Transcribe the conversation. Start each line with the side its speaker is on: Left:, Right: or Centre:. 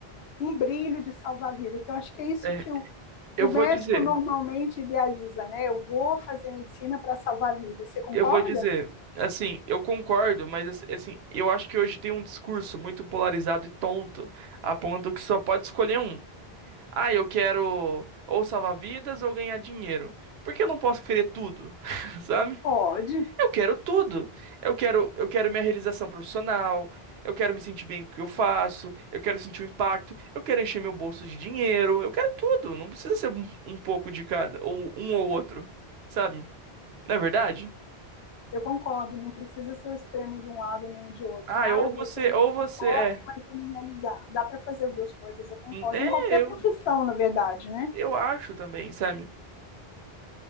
Left: um brilho de salvar a vida, que eu acho que é isso
Right: é,
Left: que o,
Right: eu
Left: o
Right: vou
Left: médico
Right: dizer.
Left: normalmente idealiza, né? Eu vou fazer medicina para salvar a vida. Você concorda?
Right: Eu vou dizer, assim, eu concordo, mas assim, eu acho que hoje tem um discurso muito polarizado e tonto, a ponto que só pode escolher um. Ah, eu quero ou salvar vidas ou ganhar dinheiro. Por que eu não posso querer tudo? <laughs> Sabe?
Left: Pode.
Right: Eu quero tudo. Eu quero, eu quero minha realização profissional, eu quero me sentir bem com o que eu faço, eu quero sentir o impacto, eu quero encher meu bolso de dinheiro, eu quero tudo. Não precisa ser um, um pouco de cada, ou um ou outro, sabe? Não é verdade?
Left: eu concordo, não precisa ser o extremo de um lado nem o de outro.
Right: Ah,
Left: Né? Ah,
Right: ou
Left: eu
Right: você,
Left: vou ser um médico
Right: ou você
Left: pobre,
Right: é.
Left: mas vou me realizar. Dá para fazer as duas coisas, eu concordo.
Right: Hum, É,
Left: Em qualquer
Right: eu,
Left: profissão, na verdade, né?
Right: eu acho também, sabe?